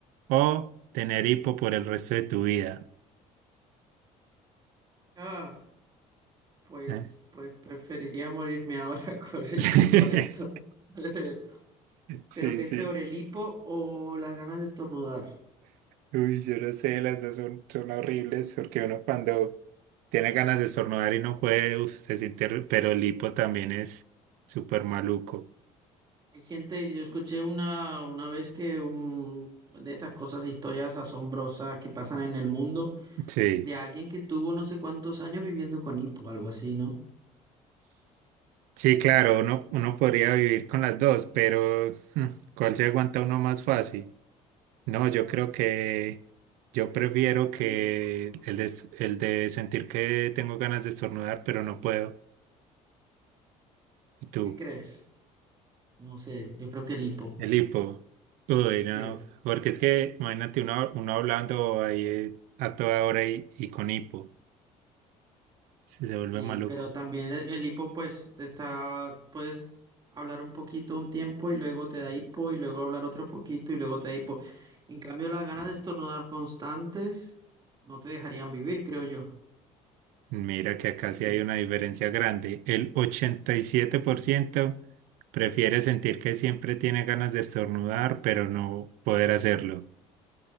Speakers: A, on the right (about 85°); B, on the right (about 30°).
A: ¿O tener hipo por el resto de tu vida?
B: Ah, pues,
A: Eh.
B: pues preferiría morirme ahora <laughs> con- sí,
A: <laughs>
B: por esto. <laughs>
A: Sí,
B: Pero ¿qué
A: sí.
B: es peor, el hipo o las ganas de estornudar?
A: Uy, yo no sé, las dos son, son horribles porque uno cuando tiene ganas de estornudar y no puede, uf, se siente, horri- pero el hipo también es súper maluco.
B: Hay gente, yo escuché una, una vez que un, de esas cosas, historias asombrosas que pasan en el mundo,
A: Sí.
B: de alguien que tuvo no sé cuántos años viviendo con hipo, algo así, ¿no?
A: Sí, claro, uno, uno podría vivir con las dos, pero hmm, ¿cuál se aguanta uno más fácil? No, yo creo que yo prefiero que
B: El hipo.
A: el de, el de sentir que tengo ganas de estornudar, pero no puedo. ¿Y tú?
B: ¿Sí crees? No sé, yo creo que el hipo.
A: El hipo. Uy, no.
B: Sí.
A: Porque es que, imagínate uno, uno hablando ahí eh, a toda hora y, y con hipo. Se, se vuelve
B: Sí,
A: maluco.
B: pero también el, el hipo, pues, te está, puedes hablar un poquito un tiempo y luego te da hipo y luego hablar otro poquito y luego te da hipo. En cambio, las ganas de estornudar constantes no te dejarían vivir, creo yo.
A: Mira que acá
B: <laughs>
A: sí hay una diferencia grande. El 87% prefiere sentir que siempre tiene ganas de estornudar, pero no poder hacerlo.